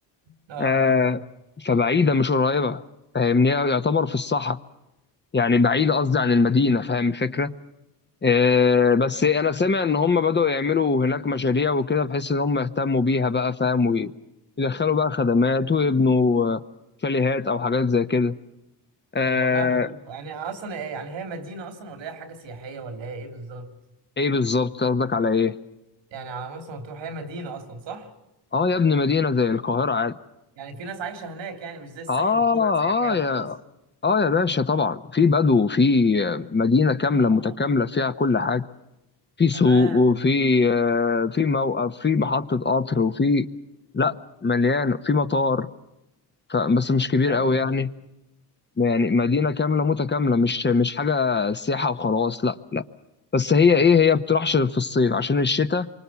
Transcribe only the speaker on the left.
آه
فبعيدة مش قريبة فاهمني يعتبر في الصحراء يعني بعيدة قصدي عن المدينة فاهم الفكرة آه بس أنا سامع إن هم بدأوا يعملوا هناك مشاريع وكده بحيث إن هم يهتموا بيها بقى فاهم ويدخلوا بقى خدمات ويبنوا آه، شاليهات أو حاجات زي كده آه
إيه بالظبط قصدك على إيه؟
آه يا ابني مدينة زي القاهرة عادي
آه
آه
يا آه يا باشا طبعا في بدو في مدينة كاملة
متكاملة فيها كل حاجة في سوق
وفي آه، في موقف في محطة قطر وفي لا مليانة في مطار ف... بس مش
كبير
قوي يعني يعني مدينة كاملة متكاملة مش مش حاجة سياحة وخلاص لا بس هي ايه هي بتروحش غير في الصيف عشان الشتاء